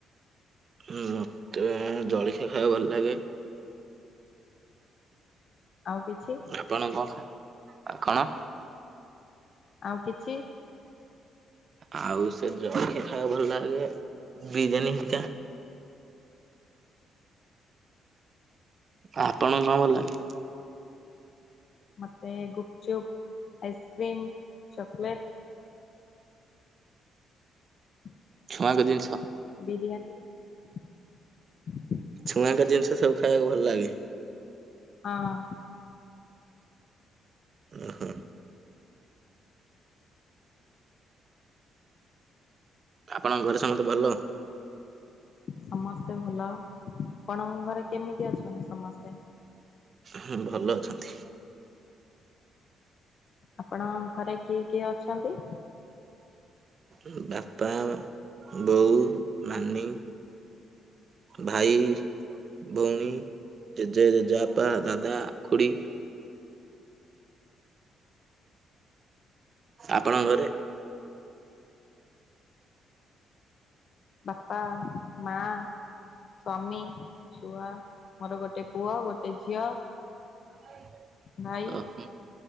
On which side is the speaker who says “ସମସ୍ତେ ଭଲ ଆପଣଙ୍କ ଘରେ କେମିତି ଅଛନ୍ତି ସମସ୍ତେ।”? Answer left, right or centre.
Left